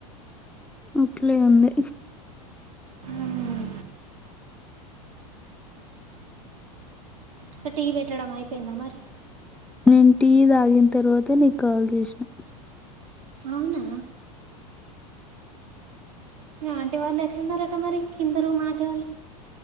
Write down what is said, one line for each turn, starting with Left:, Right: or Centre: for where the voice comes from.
Centre: ఇట్లే ఉంది
Right: ఉమ్, ఒక టీ పెట్టడం అయిపోయిందా మరి?
Centre: ఏంటి తాగిన తర్వాత నీకు కాల్ చేసిన
Right: అవునా ఆంటి వాళ్ళెట్లున్నారట మరి? కింద రూమ్ ఆంటి వాళ్ళు